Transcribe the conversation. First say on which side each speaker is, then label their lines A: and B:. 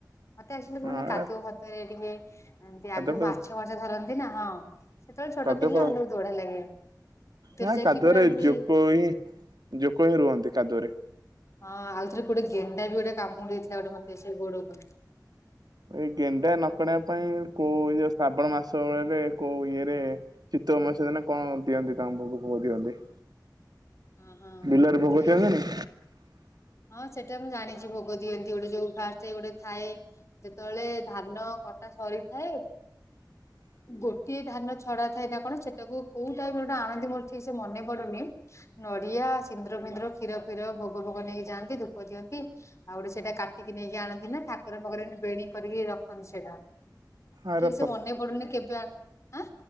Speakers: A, on the left; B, on the right.
A: ମୋତେ ଆକ୍ଚୁଲି
B: ହଁ
A: କୁହନି କାଦୁଅ ଫାଦୁଅରେ ଟିକେ ଏମିତି
B: କାଦୁଅ
A: ଆଗରୁ ମାଛ ମାଛ ଧରନ୍ତି ନା ହଁ ସେତେବେଳେ ଛୋଟ
B: କାଦୁଅ
A: ଥିଲିନା <unintelligible> ବହୁତ ବଢିଆ ଲାଗେ।
B: ନା
A: ଯାଇକି
B: କାଦୁଅରେ
A: ପୁରା ଏମିତି
B: ଜୋକ ହିଁ ଜୋକ ହିଁ ରୁହନ୍ତି କାଦୁଅରେ।
A: ହଁ ଆଉଥରେ ଗୋଟେ ଗେଣ୍ଡା ବି ଗୋଟେ କାମୁଡି ଦେଇଥିଲା ଗୋଟେ ମୋତେ ସେ ଗୋଡକୁ।
B: ଏଇ ଗେଣ୍ଡା ନ କିଣିବା ପାଇଁ କୋଉ ଇଏ ଶ୍ରାବଣ ମାସରେ କୋଉ ଇଏରେ। ଚିତ୍ଉ ମାସ ରେ ନା କଣ ଦିଅନ୍ତି ତାଙ୍କୁ ଭୋଗ ଫୋଗ ଦିଅନ୍ତି।
A: ହଁ ହଁ
B: ବିଲରେ ଭୋଗ
A: କେଜାଣି
B: ଦିଆ ହୁଏନି।
A: ସେଟା ତ ହଁ ସେଟା ମୁଁ ଜାଣିଛି ଭୋଗ ଦିଅନ୍ତି ଗୋଟେ ଯୋଉ ଫାର୍ଷ୍ଟ ଗୋଟେ ଥାଏ। ଯେତେବେଳେ ଧାନ କଟା ସରିଥାଏ।
B: ହଁ
A: ଗୋଟିଏ ଧାନ ଛଡା ଥାଏ ନା କଣ ସେଟାକୁ କୋଉ ଟାଇମ ଗୋଟେ ଆଣନ୍ତି ମୋର ଠିକ ସେ ମନେ ପଡୁନି। ନଡିଆ, ସିନ୍ଦୁର, ଫିନ୍ଦୁର, କ୍ଷୀର, ଫିର ଭୋଗ ଭୋଗ ନେଇକି ଯାଆନ୍ତି ଧୂପ ଦିଅନ୍ତି। ଆଉ ଗୋଟେ ସେଇଟା କାଟିକି ନେଇକି ଆଣନ୍ତି ନା ଠାକୁରଙ୍କ ପାଖରେ ବେଣୀ କରିକି ରଖନ୍ତି ସେଇଟା।
B: ଆରେ
A: ଠିକ ସେ ମନେ ପଡୁନି କେବେ ଆ ଆଁ।